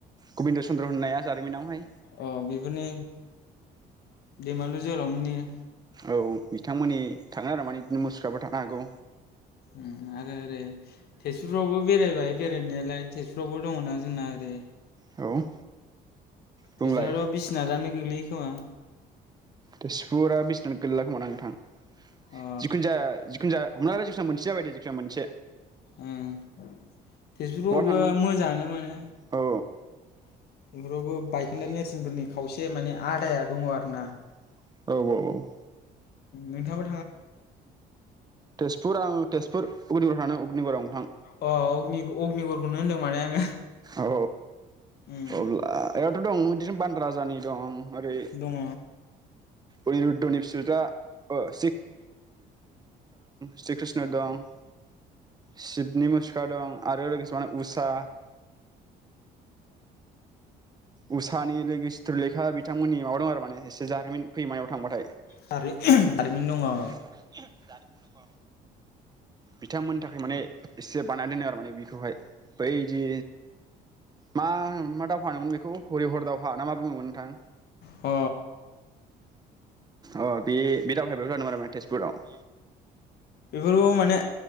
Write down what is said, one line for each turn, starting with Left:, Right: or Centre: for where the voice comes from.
Right: गबिन्द चन्द्र होननाया जारिमिनावहाय।
Left: अ बेफोरनि। दैमालु। जोहोलामोन एयो।
Right: औ बिथांमोननि। थाङा आरो माने मुसुफ्राबो थानो हागौ।
Left: उम आरो ओरै तेजपुरावबो बेरायबाय बेरायनायालाय तेजपुरावबो दङना जोंना ओरै।
Right: औ। बुंलाय
Left: थेसफुराव बिसिनाथानो गोग्लैयो खोमा।
Right: तेसफुरा बिसनाथ गोलैला खोमा दां। जिखुन
Left: अ
Right: जा जिखुन जा <unintelligible> <unintelligible> जाबाय दे मोनसे
Left: उम तेजपुरफ्रावबो
Right: बहा थांदोमोन
Left: मोजाङानो माने
Right: औ।
Left: <unintelligible>
Right: औ
Left: नेरसोनफोरनि खावसे
Right: औ
Left: माने आदाया दङ आरोना
Right: औ।
Left: नोंथां
Right: तेजपुर आङो तेजपुर अग्निगर थांदोंमोन अग्निगराव नोंथां।
Left: अ अग्नि अग्निगरखौनो होनदों माने आङो
Right: औ
Left: उम
Right: औ अब्ला। <unintelligible> दं बिदिनो बान राजानि दं। ओरै
Left: दङ।
Right: अनिरुद्धनि फिस <unintelligible> <unintelligible> दं स्री कृष्ण दं। शिबनि मुसुखा दं आरो लोगोसे उसा उसानि लोगो सित्रलेखा बि बिथांमोननि माबा दं आरो माने एसे जारिमिन फै मायावबा थांबाथाय जारिमिन
Left: दारि दारिमिन दङ अ
Right: दङ बिथांमोननि थाखाय माने एसे बानायना दोनो आरो माने बेखौहाय बैदि मा मा दावहानोमोन बेखौ हरि हर दावहा ना मा बुङोमोन नोंथां
Left: अ
Right: अ बे बे दावहाया बेयाव जादोंमोन आरो तेजपुराव
Left: बेफोरखौ माने